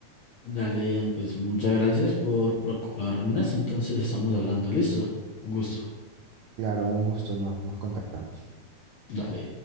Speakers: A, on the left; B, on the right.
A: Dale, Ian, pues muchas gracias por, por colaborar en eso. Entonces estamos hablando, ¿listo? Un gusto.
B: Claro, un gusto, no- nos contactamos.
A: Dale.